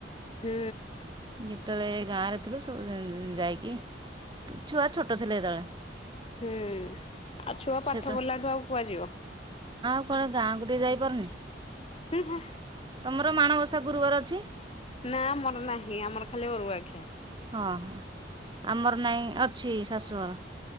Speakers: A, on the left; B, on the right.
A: ହୁଁ।
B: ଯେତେବେଳେ ଗାଁ ରେ ଥିଲୁ ସବୁ ଯାଇକି ଛୁଆ ଛୋଟ ଥିଲେ ଯେତେଳେ
A: ହୁଁ ଆଉ ଛୁଆ
B: ସେତ
A: ପାଠ ପଢ଼ିଲାଠୁ ଆଉ କୁଆ ଯିବ
B: କଣ ଗାଁ କୁ ଟିକେ ଯାଇପାରୁନି
A: ହୁଁ ହୁଁ
B: <inaudible> ତମର ମାଣବସା ଗୁରୁବାର ଅଛି?
A: ନା ଆମର ନାହିଁ ଆମର ଖାଲି ଅରୁଆଖିଆ।
B: ହଁ ହଁ ଆମର ନାହିଁ ଅଛି ଶାଶୁଘର।